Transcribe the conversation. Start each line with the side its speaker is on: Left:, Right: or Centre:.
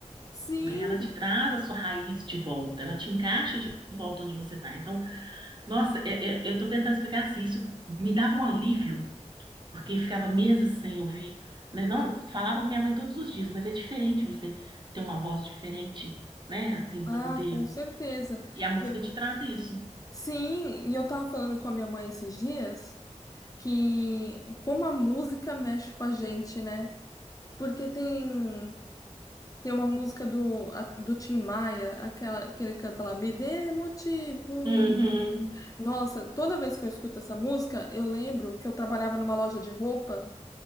Left: Sim.
Right: né? Ela te traz a sua raiz de volta, ela te encaixa de volta onde você está. Então, nossa, é- é- eu estou tentando explicar assim, isso me dava um alívio porque ficava meses sem ouvir, né? Não, falava com minha mãe todos os dias, mas é diferente você ter uma voz diferente, né? Assim,
Left: Ah,
Right: para poder.
Left: com certeza.
Right: E a música
Left: E-
Right: te traz isso.
Left: Sim, e eu tava falando com a minha mãe esses dias que como a música mexe com a gente, né? Porque tem Tem uma música do, a- do Tim Maia, aquela que ele canta lá, Me Dê Motivo.
Right: Uhum.
Left: Nossa, toda vez que eu escuto essa música, eu lembro que eu trabalhava numa loja de roupa